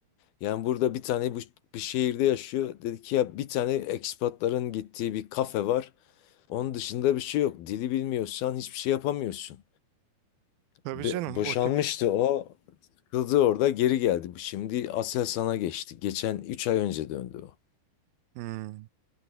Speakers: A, on the left; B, on the right.
A: Yani burada bir tane bu, bir şehirde yaşıyor. Dedi ki ya bir tane ekspatların gittiği bir kafe var. Onun dışında bir şey yok. Dili bilmiyorsan hiçbir şey yapamıyorsun.
B: Tabii
A: Be-
B: canım
A: boşanmıştı
B: o tip
A: o. Sıkıldı orada geri geldi. Şimdi Aselsan'a geçti. Geçen 3 ay önce döndü o.
B: hmm.